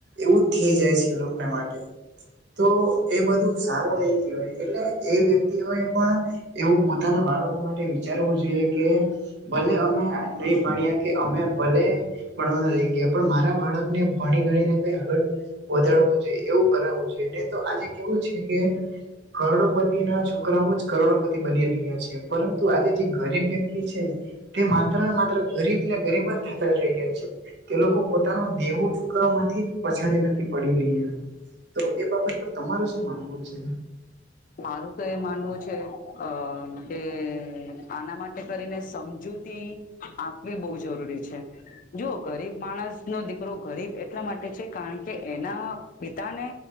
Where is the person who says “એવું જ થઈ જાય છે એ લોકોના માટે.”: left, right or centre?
Right